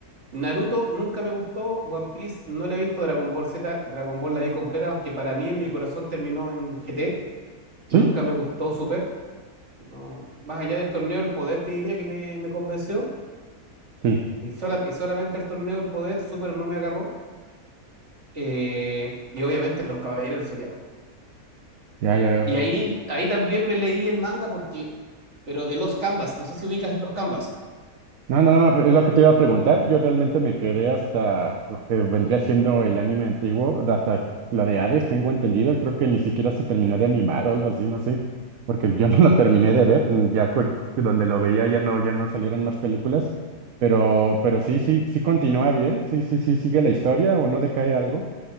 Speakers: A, on the right (about 45°); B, on the right (about 65°).
A: Naruto nunca me gustó, One Piece no la he visto, Dragon Ball Z, Dragon Ball la vi completa, aunque para mí en mi corazón terminó en GT, nunca
B: Sí,
A: me gustó Super, no, más allá del torneo del poder te diría que me, me convenció,
B: sí,
A: y, sola- y solamente el torneo del poder Super no me agarró, eh, y obviamente los Caballeros del Zodiaco.
B: ya, ya veo.
A: Y ahí, ahí también me leí el manga porque, pero de los Canvas, no sé si ubicas los Canvas.
B: No, no, no, es lo que te iba a preguntar. Yo realmente me quedé hasta lo que vendría siendo el anime antiguo, de hasta la de Hades, tengo entendido, y creo que ni siquiera se terminó de animar o algo así, no sé, porque yo <laughs> no lo terminé de ver, mm, ya cu- donde lo veía ya no, ya no salieron más películas, pero, pero sí, sí, sí continúa bien, sí, sí, sí, sigue la historia o no decae algo.